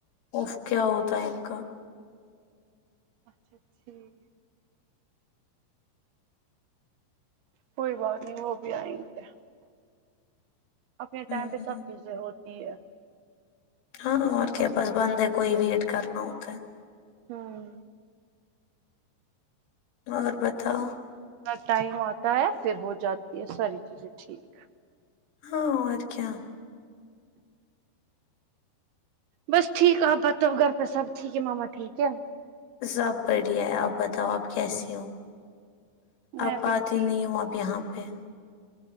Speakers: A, on the left; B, on the right.
A: اف کیا ہوتا ہے ان کا
B: اچھا ٹھیک کوئی بات نہیں وہ بھی آئیں گے اپنے
A: ہمم
B: ٹائم پہ سب چیزیں ہوتی ہے
A: ہاں اور کیا
B: اپنا
A: بس بند ہے کوئی ویٹ کرنا ہوتا ہے
B: ہاں
A: اور بتاؤ
B: ا ٹائم آتا ہے پھر ہو جاتی ہے ساری چیزیں ٹھیک
A: ہاں اور کیا
B: بس ٹھیک ہے آپ بتاؤ گھر پہ سب ٹھیک ہے ماما ٹھیک ہے
A: سب بڑھیا ہے آپ بتاؤ آپ کیسی ہو
B: میں
A: آپ
B: بھی
A: آتی
B: ٹھیک
A: نہیں ہوں اب یہاں پہ